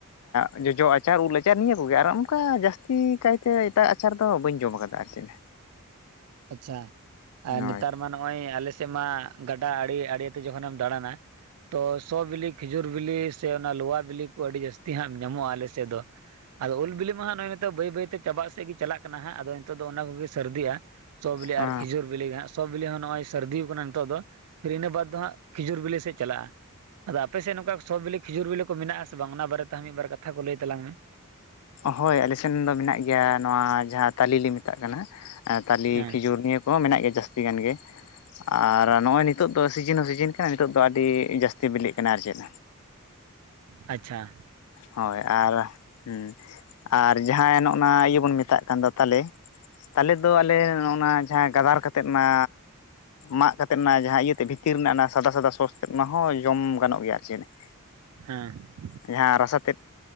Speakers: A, on the left; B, on the right.
A: ᱮᱸᱜ ᱡᱚᱡᱚ ᱟᱪᱟᱨ ᱩᱞ ᱟᱪᱟᱨ ᱱᱤᱭᱟᱹ ᱠᱚᱜᱮ ᱟᱨ ᱚᱱᱠᱟ ᱡᱟᱹᱥᱛᱤ ᱠᱟᱭᱛᱮ ᱮᱴᱟᱜ᱾ ᱟᱪᱟᱨ ᱫᱚ ᱵᱟᱹᱧ ᱡᱚᱢ ᱟᱠᱟᱫᱟ ᱟᱨ ᱪᱮᱫ᱾
B: ᱟᱪᱪᱷᱟ, ᱟᱨ
A: ᱦᱳᱭ
B: ᱱᱮᱛᱟᱨ ᱢᱟ ᱱᱚᱜᱼᱚᱭ ᱟᱞᱮᱼᱼ ᱥᱮᱫ ᱢᱟ, ᱜᱟᱰᱟ ᱟᱲᱮ ᱟᱲᱮᱛᱮ ᱡᱚᱠᱷᱚᱱᱮᱢ ᱫᱟᱬᱟᱱᱟᱼᱼ ᱛᱚ ᱥᱚ ᱵᱤᱞᱤ, ᱠᱷᱤᱡᱩᱨ ᱵᱤᱞᱤ, ᱥᱮ ᱚᱱᱟ ᱞᱚᱣᱟ ᱵᱤᱞᱤ ᱠᱚ ᱟᱹᱰᱤ ᱡᱟᱹᱥᱛᱤ ᱦᱟᱸᱜ ᱧᱟᱢᱚᱜᱼᱟ ᱟᱞᱮ ᱥᱮᱫ ᱫᱚ ᱾ ᱟᱫᱚ ᱩᱞ ᱵᱤᱞᱤ ᱢᱟ ᱦᱟᱸᱜ ᱱᱚᱜᱼᱚᱭ ᱱᱤᱛᱚᱜ ᱵᱟᱹᱭ ᱵᱟᱹᱭᱛᱮ ᱪᱟᱵᱟᱜ ᱥᱮᱫ ᱜᱮ ᱪᱟᱞᱟᱜ ᱠᱟᱱᱟ ᱦᱟᱸᱜ, ᱟᱫᱚ ᱱᱤᱛᱚᱜ ᱫᱚ ᱚᱱᱟ ᱠᱚᱜᱮ ᱥᱟᱹᱨᱫᱤᱼᱟ ᱾ ᱥᱚᱸ ᱵᱤᱞᱤ
A: ᱦᱮᱸ
B: ᱟᱨ ᱠᱷᱤᱡᱩᱨ ᱵᱤᱞᱤ ᱜᱮ ᱦᱟᱸᱜ ᱾ ᱥᱚᱸ ᱵᱤᱞᱤ ᱦᱚᱸ ᱱᱚᱜᱼᱚᱭ ᱥᱟᱹᱨᱫᱤ ᱠᱟᱱᱟ ᱱᱤᱛᱚᱜ ᱫᱚ, ᱯᱷᱤᱨ ᱤᱱᱟᱹ ᱵᱟᱫᱽ ᱫᱚ ᱦᱟᱸᱜ ᱠᱷᱤᱡᱩᱨ ᱵᱤᱞᱤ ᱥᱮᱫ ᱪᱟᱞᱟᱜᱼᱟ ᱾ ᱟᱫᱚ ᱟᱯᱮ ᱥᱮᱫ ᱱᱚᱝᱠᱟ ᱥᱚᱸ ᱵᱤᱞᱤ, ᱠᱷᱤᱡᱩᱨ ᱵᱤᱞᱤ ᱠᱚ ᱢᱮᱱᱟᱜ ᱟᱥᱮ ᱵᱟᱝ? ᱚᱱᱟ ᱵᱟᱨᱮᱛᱮ ᱢᱤᱫᱵᱟᱨ ᱠᱟᱛᱷᱟ ᱠᱚ ᱞᱟᱹᱭ ᱛᱟᱞᱟᱝ ᱢᱮ ᱾
A: ᱦᱳᱭ ᱟᱞᱮᱥᱮᱱ ᱫᱚ ᱢᱮᱱᱟᱜ ᱜᱮᱭᱟ ᱱᱚᱣᱟ ᱡᱟᱦᱟᱸ ᱛᱟᱞᱮ ᱞᱮ ᱢᱮᱛᱟᱜ ᱠᱟᱱᱟ, ᱛᱟᱞᱮ
B: ᱦᱮᱸ
A: ᱠᱷᱤᱡᱩᱨ ᱱᱤᱭᱟᱹᱼᱼ ᱠᱚᱦᱚᱸ ᱢᱮᱱᱟᱜ ᱜᱮᱭᱟ ᱡᱟᱹᱥᱛᱤ ᱜᱟᱱ ᱜᱮ ᱾ ᱟᱨ ᱱᱚᱜᱼᱚᱭ ᱱᱤᱛᱚᱜ ᱫᱚ ᱥᱤᱡᱤᱱ ᱦᱚᱸ ᱥᱤᱡᱤᱱ ᱠᱟᱱᱟ, ᱱᱤᱛᱚᱜ ᱫᱚ ᱟᱹᱰᱤ, ᱡᱟᱹᱥᱛᱤ ᱵᱤᱞᱤᱜ ᱠᱟᱱᱟ ᱟᱨ ᱪᱮᱫᱼᱼ
B: ᱟᱪᱪᱷᱟ ᱾
A: ᱦᱳᱭ ᱟᱨ, ᱦᱩᱸ ᱟᱨ ᱡᱟᱦᱟᱸᱭ ᱱᱚᱜᱼᱱᱟ ᱤᱭᱟᱹ ᱵᱚᱱ ᱢᱮᱛᱟᱜ ᱠᱟᱱ ᱫᱚ ᱛᱟᱞᱮᱼᱼ ᱛᱟᱞᱮ ᱫᱚ ᱟᱞᱮ ᱱᱚᱜᱼᱱᱟ ᱡᱟᱦᱟᱸ ᱜᱟᱫᱟᱨ ᱠᱟᱛᱮᱫ ᱚᱱᱟᱼᱼ ᱢᱟᱜ ᱠᱟᱛᱮᱫ ᱚᱱᱟ ᱡᱟᱦᱟᱸ ᱤᱭᱟᱹᱛᱮ ᱵᱷᱤᱛᱤᱨ ᱨᱮᱱᱟᱜ ᱚᱱᱟ ᱥᱟᱫᱟ ᱥᱟᱫᱟ ᱥᱳᱥ ᱛᱮᱫ ᱚᱱᱟ ᱦᱚᱸ ᱡᱚᱢ ᱜᱟᱱᱚᱜ ᱜᱮᱭᱟ ᱟᱨ ᱪᱮᱫ ᱾
B: ᱦᱮᱸ ᱾
A: ᱡᱟᱸᱦᱟ ᱨᱟᱥᱟᱼᱼ ᱮᱱᱛᱮᱫ,